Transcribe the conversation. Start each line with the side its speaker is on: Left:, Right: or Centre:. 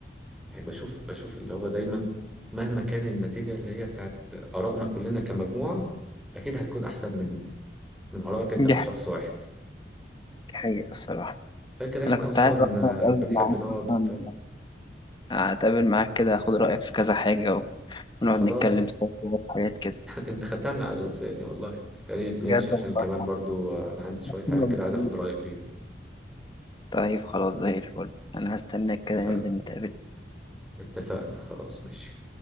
Centre: يعني بشوف بشوف اللي هو دايما مهما كان النتيجه اللي هي بتاعت ارائنا كلنا كمجموعه اكيد هتكون احسن من من ارائك انت كشخص
Left: دي حاجة
Centre: واحد
Left: حاجة الصراحة
Centre: فاكر احنا
Left: أنا كنت
Centre: اصلا
Left: عايز أصلا أتقابل
Centre: آه، بنحب
Left: معاك
Centre: نقعد
Left: أصلا
Centre: وبتاع
Left: أتقابل معاك كده أخد رأيك في كذا حاجة ونقعد
Centre: خلاص
Left: نتكلم سوا في حاجات كده
Centre: انت خدتها من على لساني والله يا ريت ماشي
Left: بجد
Centre: عشان
Left: والله
Centre: كمان برضو انا عندي شوية حاجات
Left: كنا بنتقابل.
Centre: كده عايز اخد رأيك فيها
Left: طيب خلاص زي الفل أنا هستناك كده
Centre: اتفقنا
Left: ننزل نتقابل
Centre: اتفقنا خلاص ماشي